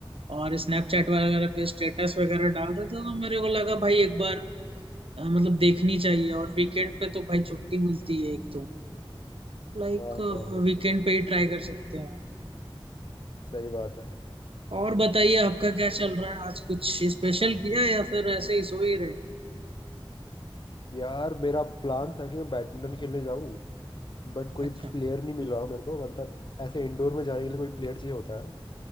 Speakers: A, on the right; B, on the left.
A: और स्नैपचैट वगैरह पे स्टेटस वगैरह डाल रहे थे तो मेरे को लगा भाई एक बार अ, मतलब देखनी चाहिए और वीकेंड पे तो भाई छुट्टी मिलती है एक तो लाइक
B: हाँ हाँ हाँ
A: वीकेंड पे ही ट्राई कर सकते हैं
B: सही बात है
A: और बताइए आपका क्या चल रहा है आज कुछ स्पेशल किया या फिर ऐसे ही सो ही रहे
B: यार मेरा प्लान था कि मैं बैडमिंटन खेलने जाऊं बट कोई
A: अच्छा
B: प्लेयर नहीं मिला मेरे को मतलब ऐसे इंडोर में जाने के लिए कोई प्लेयर चाहिए होता है ना